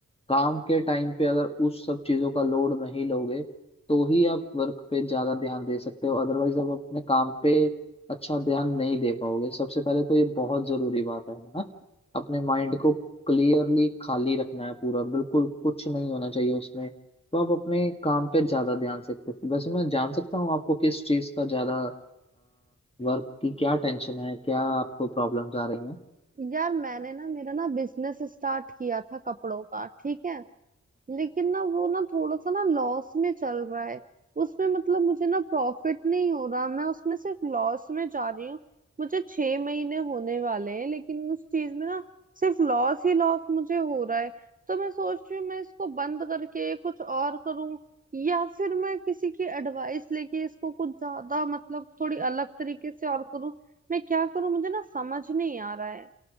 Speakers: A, on the left; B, on the right.
A: काम के टाइम पे अगर उस सब चीज़ों का लोड नहीं लोगे तो ही आप वर्क पे ज़्यादा ध्यान दे सकते हो अदरवाइज आप अपने काम पे अच्छा ध्यान नहीं दे पाओगे सबसे पहले तो ये बहुत ज़रूरी बात है है ना अपने माइंड को क्लियरली खाली रखना है पूरा बिल्कुल कुछ नहीं होना चाहिए उसमें तो आप अपने काम पे ज्यादा ध्यान सकते हैं वैसे मैं जान सकता हूँ आपको किस चीज का ज्यादा वर्क की क्या टेंशन है क्या आपको प्रॉब्लम्स आ रही हैं
B: यार मैंने ना मेरा ना बिजनेस स्टार्ट किया था कपड़ों का ठीक है लेकिन ना वो ना थोड़ा सा ना लॉस में चल रहा है उसमें मतलब मुझे ना प्रॉफिट नहीं हो रहा मैं उसमें सिर्फ लॉस में जा रही हूँ मुझे छह महीने होने वाले हैं लेकिन उस चीज में ना सिर्फ लॉस ही लॉस मुझे हो रहा है तो मैं सोच रही हूँ मैं इसको बंद करके कुछ और करूँ या फिर मैं किसी की एडवाइस लेके इसको कुछ ज्यादा मतलब थोड़ी अलग तरीके से और करूँ मैं क्या करूँ मुझे ना समझ नहीं आ रहा है